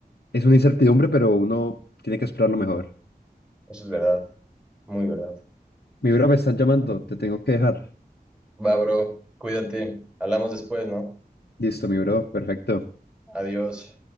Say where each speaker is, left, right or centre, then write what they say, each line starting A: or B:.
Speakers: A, on the left; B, in the centre.
A: es una incertidumbre, pero uno tiene que esperar lo mejor.
B: Eso es verdad, muy verdad.
A: Mi bro, me están llamando, te tengo que dejar.
B: Va, bro, cuídate. Hablamos después, ¿no?
A: Listo, mi bro, perfecto.
B: Adiós.